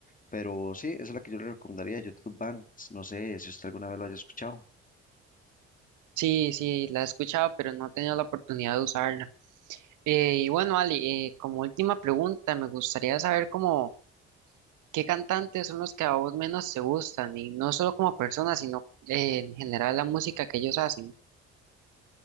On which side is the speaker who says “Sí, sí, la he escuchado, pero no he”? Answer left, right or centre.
Right